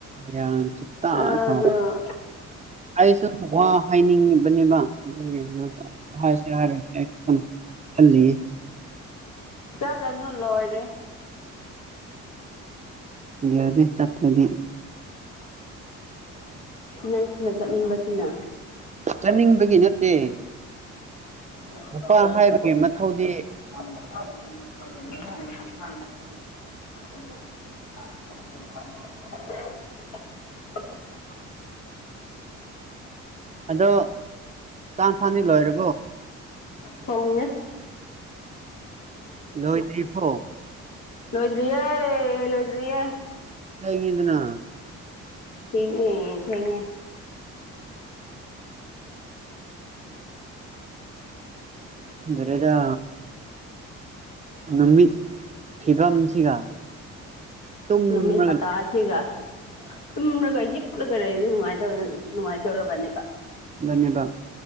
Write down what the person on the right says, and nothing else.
ꯌꯥ ꯆꯨꯞ ꯊꯔꯦ
ꯑꯩꯁꯨ ꯍꯥꯏꯅꯤꯡꯉꯤꯕꯅꯦꯕ ꯑꯗꯨꯒꯤ ꯍꯥꯏꯁꯦ ꯍꯥꯏꯔ ꯑꯗꯨ ꯈꯜꯂꯤ
ꯌꯥꯔꯦ ꯆꯠꯠꯇ꯭ꯔꯗꯤ
ꯆꯠꯅꯤꯡꯕꯒꯤ ꯅꯠꯇꯦ
ꯅꯨꯄꯥ ꯍꯥꯏꯕꯒꯤ ꯃꯊꯧꯗꯤ
<inaudible> ꯑꯗꯣ ꯆꯥꯡ ꯊꯥꯅꯤ ꯂꯣꯏꯔꯕꯣ
ꯂꯣꯏ ꯇ ꯏꯄꯣ
ꯒꯗꯅ
ꯔꯦꯗ ꯅꯨꯃꯤꯠ ꯐꯤꯕꯝꯁꯤꯒ ꯇꯨꯝꯔꯒ
ꯟꯕ